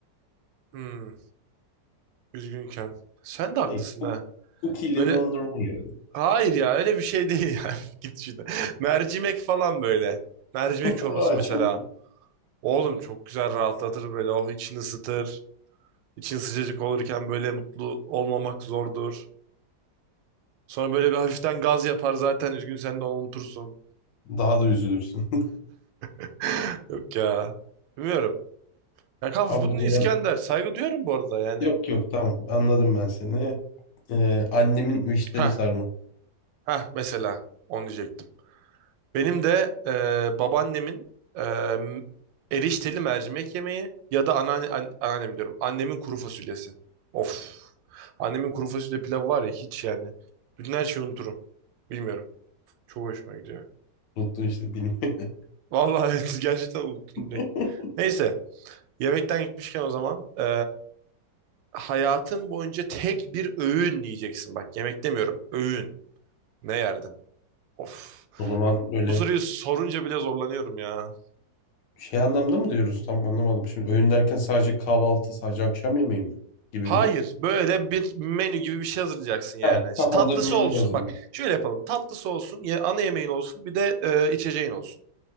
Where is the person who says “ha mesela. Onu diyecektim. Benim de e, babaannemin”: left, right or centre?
Right